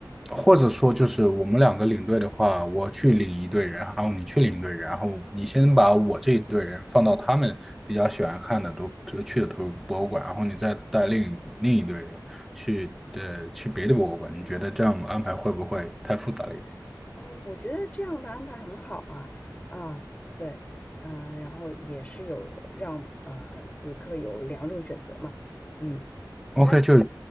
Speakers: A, in the centre; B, on the left (about 20°).
A: 或者说就是我们两个领队的话，我去领一队人，然后你去领一队人，然后你先把我这一队人放到他们比较喜欢看的都就去的图博物馆，然后你再带另另一队人去呃去别的博物馆，你觉得这样安排会不会太复杂了一点
B: 哦，我觉得这样的安排很好啊，啊，对，嗯、然后也是有让呃旅客有两种选择嘛，嗯，
A: ？OK，
B: 但是
A: 就是，